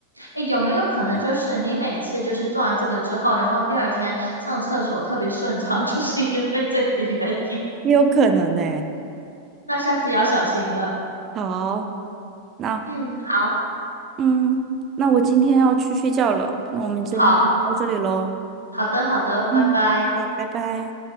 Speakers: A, on the left (about 85°); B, on the right (about 30°).
A: 诶，有没有可能就是你每次就是做完这个之后，
B: 这样
A: 然后第二天上厕所特别顺畅，<laughs> 就是因为这个原因？
B: 也有可能呢、
A: 那下次要小心了。
B: 好，那
A: 嗯，好，
B: 嗯，那我今天要去睡觉了，那我们今天到这里喽。
A: 好，好的，好的，
B: 嗯，
A: 拜拜。
B: 好的，拜拜。